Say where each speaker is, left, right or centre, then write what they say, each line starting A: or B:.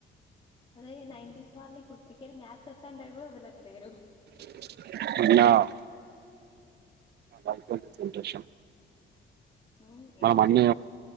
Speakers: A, on the left (about 20°); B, on the right (about 55°).
A: అదే నైంటీస్ వాళ్ళ ఇప్పుడు క్రికెట్ మ్యాచ్ వతాంటే కూడా వదలట్ లేరు
B: <unintelligible> <unintelligible> సంతోషం
A: మ్మ్ ఏంటండి
B: మనం అన్నీ